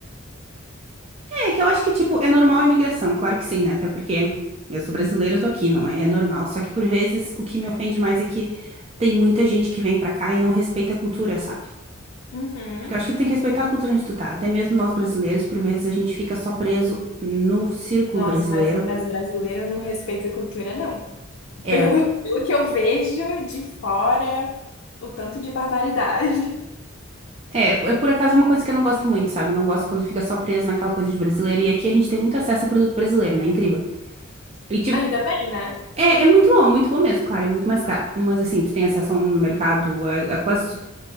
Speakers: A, on the right; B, on the left.
A: É, que eu acho que, tipo, é normal a imigração, claro que sim, né? Até porque eu sou brasileira, eu tô aqui, não é? É normal. Só que por vezes o que me ofende mais é que tem muita gente que vem pra cá e não respeita a cultura, sabe?
B: Uhum.
A: Porque eu acho que tu tem que respeitar a cultura onde tu tá. Até mesmo nós brasileiros, por vezes a gente fica só preso no círculo
B: Nossa,
A: brasileiro.
B: mas, mas brasileiro não respeita a cultura, não.
A: É,
B: Pelo, pelo que eu vejo de fora, o tanto de barbaridade.
A: é, é, por acaso é uma coisa que eu não gosto muito, sabe? Eu não gosto quando fica só preso naquela coisa de brasileiro. E aqui a gente tem muito acesso a produto brasileiro, né? Incrível.
B: <laughs>
A: E tipo,
B: Ainda bem, né?
A: é, é muito bom, é muito bom mesmo, claro, é muito mais caro. Mas assim, tu tem acesso no mercado a, a quase tudo.